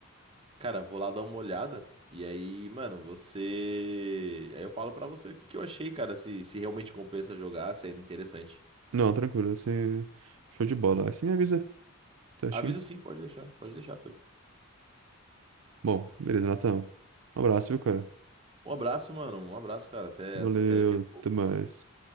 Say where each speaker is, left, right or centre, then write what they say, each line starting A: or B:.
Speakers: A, on the right; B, on the right.
A: Cara, vou lá dar uma olhada. E aí, mano, você. Aí eu falo pra você o que que eu achei, cara. Se, se realmente compensa jogar, se é interessante.
B: Não, tranquilo, assim, show de bola. Aí você me avisa, certinho?
A: Aviso sim, pode deixar, pode deixar, Pedro.
B: Bom, beleza, Natan. Um abraço, viu, cara?
A: Um abraço, mano. Um abraço, cara. Até,
B: Valeu,
A: até até daqui a pouco.
B: até mais.